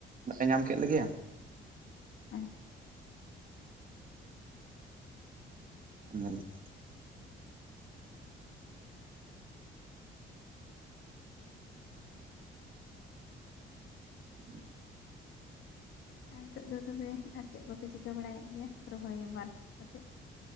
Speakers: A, on the right (about 45°); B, on the left (about 80°).
A: ᱫᱟᱜ ᱮ ᱧᱟᱢ ᱠᱮᱫ ᱞᱮᱜᱮᱭᱟ,
B: ᱟᱪᱪᱷᱟ
A: <unintelligible>
B: <inaudible>
A: <inaudible>
B: ᱟᱨ ᱱᱤᱛᱚᱜ ᱫᱚ ᱛᱚᱵᱮ ᱟᱨ ᱪᱮᱫ ᱠᱚᱯᱮ ᱪᱤᱠᱟᱹ ᱵᱟᱲᱟᱭᱮᱫ ᱜᱮᱭᱟ ᱨᱚᱦᱚᱭ ᱵᱟᱫ ᱠᱟᱛᱮᱫ?